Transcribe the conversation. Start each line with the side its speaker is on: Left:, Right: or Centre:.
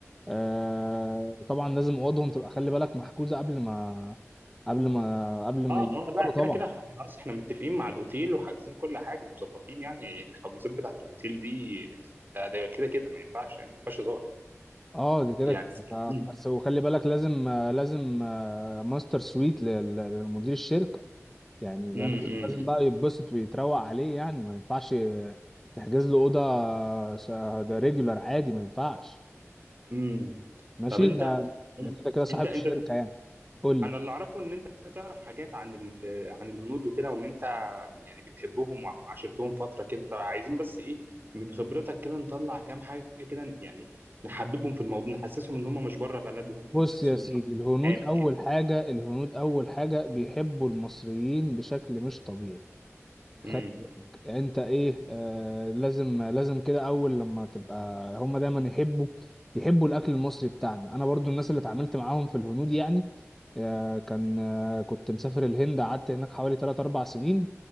Centre: آه طبعا لازم اوضهم تبقى خلي بالك محجوزه قبل ما قبل ما قبل
Right: اه
Centre: ما يفطروا
Right: اه لا كده
Centre: طبعا
Right: كده احنا خلاص احنا متفقين مع الاوتيل وحاجزين كل حاجة مظبطين يعني الحجوزات بتاعت الاوتيل دي ده ده كده كده ما ينفعش يعني ما فيهاش هزار
Centre: اه دي كده
Right: يعني
Centre: كده ف-
Right: امم
Centre: بس وخلي بالك لازم آه، لازم آه، ماستر سويت لل- لمدير الشركه يعني
Right: امم
Centre: ده لازم لازم بقى يتبسط ويتروق عليه يعني ما ينفعش تحجز له اوضه س- ده ريجولار عادي ما ينفعش
Right: امم
Centre: ماشي
Right: طب انت
Centre: ده ده كده كده صاحب
Right: انت انت
Centre: الشركه يعني قول
Right: انا
Centre: لي
Right: اللي اعرفه ان انت تعرف حاجات عن ال... عن الهنود وكده وان انت يعني بتحبهم وعاشرتهم فتره كده طب عايزين بس ايه من خبرتك كده نطلع كام حاجه كده يعني نحببهم في الموضوع نحسسهم ان هم مش بره بلدهم نحسسهم
Centre: بص يا سيدي
Right: ان هم
Centre: الهنود
Right: معانا
Centre: أول
Right: كده
Centre: حاجة الهنود أول حاجة بيحبوا المصريين بشكل مش طبيعي خلي
Right: امم
Centre: بالك أنت إيه آه لازم لازم كده أول لما تبقى هما دايما يحبوا يحبوا الأكل المصري بتاعنا أنا برضو الناس اللي اتعاملت معاهم في الهنود يعني آه كان آه كنت مسافر الهند قعدت هناك حوالي 3 4 سنين